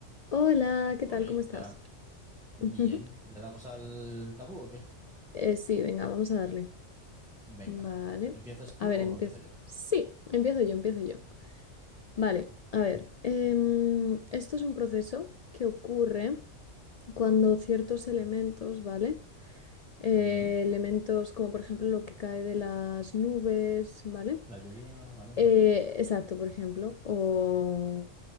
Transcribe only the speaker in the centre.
Polita,
bien.
¿Le damos al tabú o qué?
Venga.
¿Empiezas tú
o
empiezo yo?
Venga.
Ujú.
La lluvia, vale.
ujú.